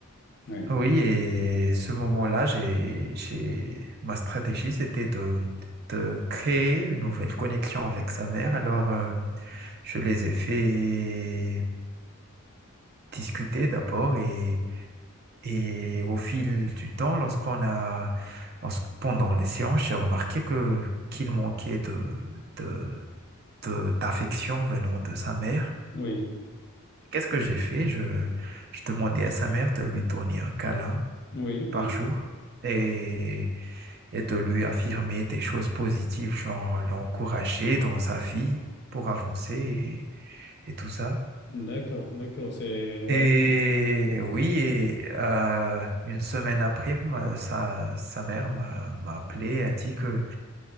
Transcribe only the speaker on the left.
oui
oui
oui oui
d'accord d'accord c'est ouais